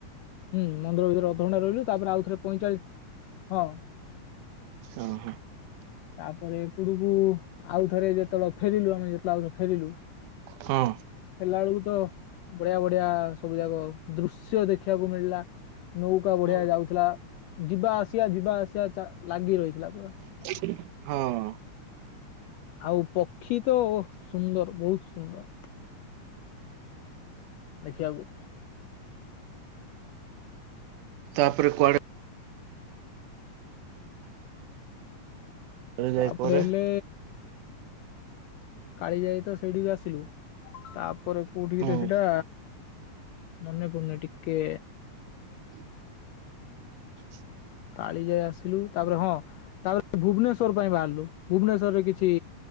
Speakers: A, on the left; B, on the right.
A: ହୁଁ, ମନ୍ଦିର ଭିତରେ ଅଧଘଣ୍ଟା ରହିଲୁ ତାପରେ ଆଉଥରେ ପଇଁଚାଳିଶ ହଁ
B: ଓହୋଃ।
A: ତାପରେ ଏପଟକୁ ଆଉଥରେ ଯେତେବେଳେ ଫେରିଲୁ ଆମେ ଯେତେବେଳେ ଆଉଥରେ ଫେରିଲୁ
B: ହଁ।
A: ହେଲା ବେଳକୁ ତ ବଢିଆ ବଢିଆ ସବୁ ଯାକ ଦୃଶ୍ୟ ଦେଖିବାକୁ ମିଳିଲା। ନୌକା ବଢିଆ
B: ହୁଁ
A: ଯାଉଥିଲା। ଯିବା ଆସିବା ଯିବା ଆସିବା ଚା ଲାଗି ରହିଥିଲା ପୁରା।
B: ହଁ।
A: ଆଉ ପକ୍ଷୀ ତ ଓହୋଃ ସୁନ୍ଦର, ବହୁତ ସୁନ୍ଦର। ଦେଖିବାକୁ
B: ତାପରେ କୁଆଡେ କୁଆଡେ ଯାଏ
A: ତାପରେ
B: ପରେ
A: ଏଲେ କାଳିଜାଇ ତ ସେଇଠିକି ଆସିଲୁ। ତାପରେ କୋଉଠିକି
B: ହଁ
A: ତ ସେଇଟା ମନେ ପଡୁନି ଟିକେ
B: <unintelligible>
A: କାଳିଜାଇ ଆସିଲୁ। ତାପରେ ହଁ ତାପରେ ଭୁବନେଶ୍ୱର ପାଇଁ ବାହାରିଲୁ। ଭୁବନେଶ୍ୱରରେ କିଛି